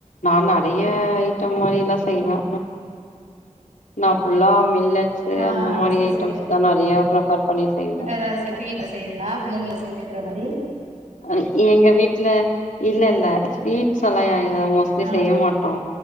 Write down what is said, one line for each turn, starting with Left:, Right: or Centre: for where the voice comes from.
Left: நா நெறய ஐட்டம் மாரில்லா செய்வே நா புல்லா மில்ல ஸு
Right: ஆ
Left: அந்த மாரி
Right: செரி
Left: ஐட்டம்ஸ் தா நெறய ப்ரிபர் பண்ணி செய்வோ
Right: <unintelligible> செய்விங்ளா பிள்ளைங்களுக் செஞ்சுக்கிற மாரி
Left: அ எங்க வீட்ல இல்ல இல்ல ஸ்வீட்ஸ் எல்லா ஏ மோஸ்ட்லி
Right: ஆ
Left: செய்ய மாட் டோ